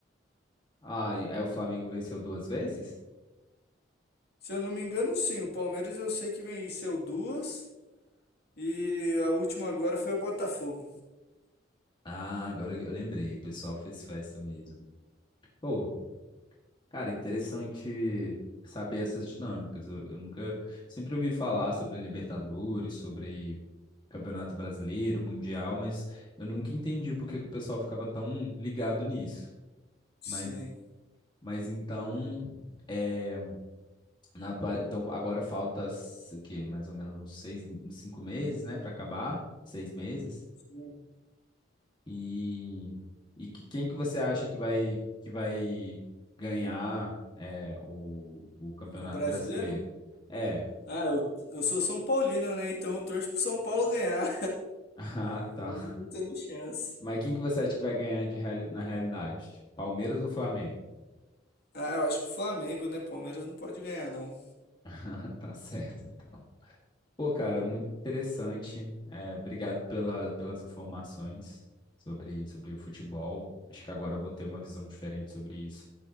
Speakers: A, on the left; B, on the left.
A: Ah, e- aí o Flamengo venceu duas vezes?
B: Se eu não me engano, sim. O Palmeiras eu sei que venceu duas e a última agora foi o Botafogo.
A: Ah, agora eu lembrei, o pessoal fez festa mesmo. Pô, cara, interessante saber essas dinâmicas. Eu, eu nunca, sempre ouvi
B: Uhum.
A: falar sobre Libertadores, sobre Campeonato Brasileiro, Mundial, mas eu nunca entendi por que que o pessoal ficava tão ligado nisso.
B: Sim.
A: Mas, mas então, é, na atual, então agora falta s- o quê? Mais ou menos uns seis, uns cinco meses, né, para acabar? Seis meses?
B: Sim.
A: E, e que- quem que você acha que vai que vai ganhar é, o, o Campeonato
B: O brasileiro?
A: Brasileiro? É. <laughs>
B: Ah, eu, eu sou São Paulino, né? Então eu torço pro São Paulo ganhar.
A: Ah,
B: <laughs>
A: tá.
B: Mas não tendo chance.
A: Mas quem que você acha que vai ganhar de reali- na realidade? Tipo, Palmeiras ou Flamengo?
B: Ah, eu acho que o Flamengo, né? Palmeiras não pode ganhar, não.
A: <laughs> Ah, Tá certo, então. Pô, cara, muito interessante. É, obrigado pela, pelas informações sobre, sobre o futebol. Acho que agora eu vou ter uma visão diferente sobre isso.